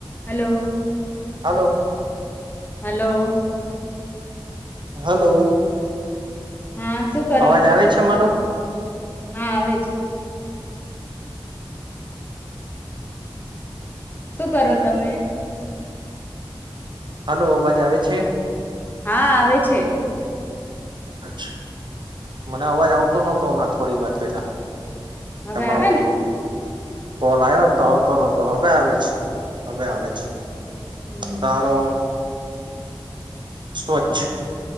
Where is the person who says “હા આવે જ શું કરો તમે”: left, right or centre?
Left